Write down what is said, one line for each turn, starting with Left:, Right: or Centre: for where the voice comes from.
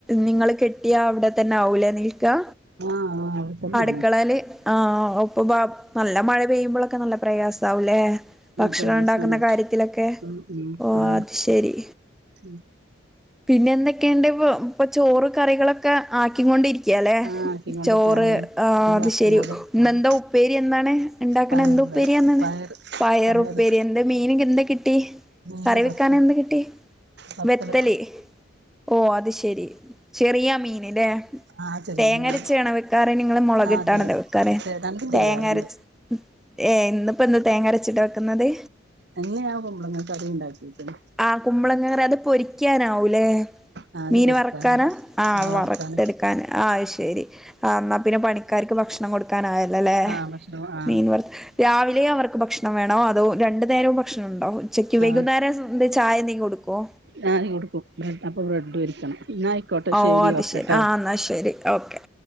Centre: നിങ്ങള് കെട്ടിയാ അവിടെ തന്നെ ആവലെ നിൽക്കാ
Right: ആഹ് ആഹ് അവിടെ തന്നെയാണ്
Centre: അടുക്കളൽ ആ ഒപ്പൊ നല്ല മഴ പെയ്യുമ്പോഴ ഒക്കെ നല്ല പ്രയാസ ആവുംല്ലേ
Right: ആ
Centre: ഭക്ഷണം
Right: പ്രയാസാണ്
Centre: ഉണ്ടാക്കുന്ന കാര്യത്തിലൊക്കെ
Right: ഉം
Centre: ഓ
Right: ആ
Centre: അത് ശരി
Right: ഉം
Centre: പിന്നെ എന്തൊക്കെയുണ്ട് ഇപ്പൊ ഇപ്പൊ ചോറ് കറികളൊക്കെ ആക്കികൊണ്ടിരിക്കയല്ലെ
Right: ആ ആക്കിക്കൊണ്ടിരിക്കാൻ
Centre: ചോറ്
Right: വയ്യ
Centre: ആ
Right: വറുത്തുകൊണ്ടിരിക്കാണ്
Centre: അത് ശരി ഇന്നെന്താ ഉപ്പേരി എന്താണ് ഉണ്ടാക്കണ
Right: പയറ്
Centre: എന്താ ഉപ്പേരിയാന്ന
Right: വേ പയറ്
Centre: പയറുപ്പേരി
Right: പയറ്
Centre: എന്താ മീനെ എന്താ കിട്ടി
Right: മീന്
Centre: കറി വെക്കാന
Right: പത്തല്
Centre: എന്ത് കിട്ടി
Right: പത്തല്
Centre: വെത്തലി ഓ അത് ശെരി ചെറിയ മീൻല്ലേ
Right: ആ ചെറിയ
Centre: തേങ്ങര
Right: മീന്
Centre: രച്ച വെക്കാറ് നിങ്ങള് മുള
Right: ആ
Centre: കിട്ടാണല്ലോ
Right: അതെ
Centre: വെക്കാേ
Right: രണ്ടും ചെയ്യാറുണ്ട്
Centre: തേങ്ങരച് ഏ ഇന്നിപ്പോ എന്താ തേങ്ങ അരച്ചിട്ട് വെക്കുന്നത്
Right: ഇന്ന് ഞാൻ കുമ്പളങ്ങ കറി ഉണ്ടാക്കിക്ക്ണ്
Centre: ആ കുമ്പളങ്ങറ അത് പൊരിക്കാനാവൂലേ
Right: ആ അത്
Centre: മീൻ
Right: പൊരിക്കാനുണ്ട്
Centre: വറക്കാനാ ആഹ
Right: ആ വറുക്കാന്
Centre: വറത്തെെടുക്കാന ആഹ ശരി ആ എന്നന്നാ പിന്നെ പണിക്കാർക്ക് ഭക്ഷണം കൊടുക്ക നായല്ല അല്ലേ
Right: ആ ഭക്ഷണം ആ
Centre: മീൻവർത്ത് രാവിലെ അവർക്ക് ഭക്ഷണം വേണോ അതോ രണ്ടു നേരവും ഭക്ഷണം ണ്ടോ ഉച്ചക്ക് വൈകുന്നേരം
Right: ആ
Centre: എ ചായ നീ കൊടുക്കോ
Right: ഞാന് കൊടുക്കും അപ്പൊ ബ്രെഡ് പൊരിക്കണം എന്നാ ആയിക്കോട്ടെ
Centre: ഓ അത്
Right: ഓക്കെട്ടോ
Centre: ശരി ആ എന്നാ ശെരി ഓക്കെ